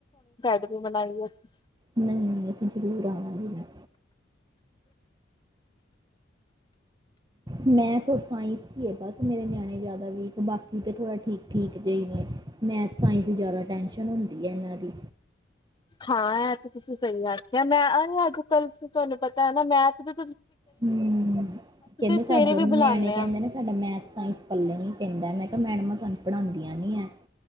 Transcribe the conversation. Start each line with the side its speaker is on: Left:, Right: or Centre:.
Left: ਰੀ ਬਨਾਈ। ਅਸੀ
Right: ਨਹੀਂ- ਨਹੀਂ ਅਸੀਂ ਜ਼ਰੂਰ ਆਉਣਾ ਹੀ ਹੈ। ਮੈਥ ਹੋਰ ਸਾਈੰਸ ਹੀ ਹੈ। ਬਸ ਮੇਰੇ ਨਿਆਣੇ ਜ਼ਿਆਦਾ ਵੀਕ ਬਾਕੀ ਤਾਂ ਥੋੜਾ ਠੀਕ- ਠੀਕ ਜੇ ਹੀ ਨੇ ।ਮੈਥ ਸਾਈੰਸ ਦੀ ਜ਼ਿਆਦਾ ਟੈਂਸ਼ਨ ਹੁੰਦੀ ਹੈ। ਇਹਨਾਂ ਦੀ
Left: ਹਾਂ, ਇਹ ਤੇ ਤੁਸੀ ਸਹੀ ਗੱਲ ਜਾਂ ਮੈਂ ਅਰੇ ਅੱਜ ਕੱਲ ਤੁਹਾਨੂੰ ਪਤ ਮੈ ਤਾਂ ਦਾ ਮੈਥ ਦ
Right: ਹਮ। ਕਹਿੰਦੇ
Left: ਸਵੇਰੇ
Right: ਸਾਡੇ
Left: ਵੀ
Right: ਨਿਆਣੇ
Left: ਬੁਲਾਉਂਦੇ
Right: ਕਹਿੰਦੇ
Left: ਹਾਂ
Right: ਨੇ ਸਾਡਾ ਮੈਥ, ਸਾਇੰਸ ਪੱਲੇ ਨੀ ਪੈਂਦਾ। ਮੈਂ ਕਿਹਾ ਮੈਡਮਾਂ ਤੁਹਾਨੂੰ ਪੜ੍ਹਾਉਂਦੀਆਂ ਨਹੀਂ ਹੈ